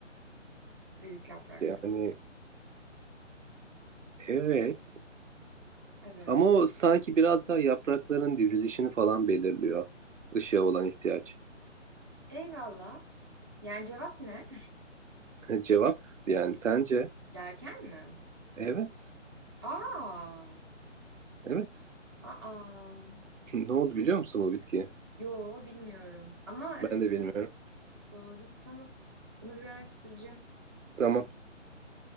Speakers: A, on the right; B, on the right.
A: Büyük yapraklı.
B: Yani evet.
A: Evet.
B: Ama o sanki biraz daha yaprakların dizilişini falan belirliyor. Işığa olan ihtiyaç.
A: Eyvallah. Yani cevap ne?
B: <laughs> Cevap yani sence?
A: <laughs> Yelken mi?
B: Evet.
A: Aa,
B: Evet.
A: aa.
B: <laughs> Ne oldu biliyor musun bu bitkiyi?
A: Yo bilmiyorum. Ama evet
B: Ben de bilmiyorum.
A: doğru. Tamam. Bunu bir araştıracağım.
B: Tamam.